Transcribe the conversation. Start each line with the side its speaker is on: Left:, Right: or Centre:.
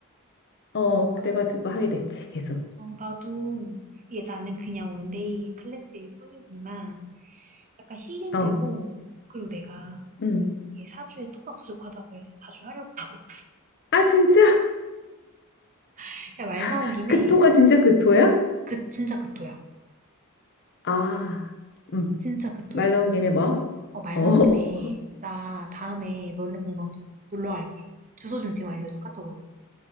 Left: 어, 그래가지고
Right: 아,
Left: 하게 됐지, 계속.
Right: 어, 나도 이게 나는 그냥 원데이 클래스일 뿐이지만 약간 힐링되고
Left: 어,
Right: 그리고 내가
Left: 음.
Right: 이게 사주에 토가 부족하다고 해서 자주 하려고 하고
Left: 아, 진짜?
Right: <laughs> 야, 말 나온
Left: <laughs>
Right: 김에
Left: 그 토가 진짜 그 토야?
Right: 그 진짜 그 토야
Left: 아, 음.
Right: 진짜 그 토야
Left: 말 나온 김에 뭐?
Right: 어, 말
Left: 어,
Right: 나온 김에
Left: <laughs>
Right: 나 다음에 너네 공방 놀러 갈게 주소 좀 지금 알려줘 카톡으로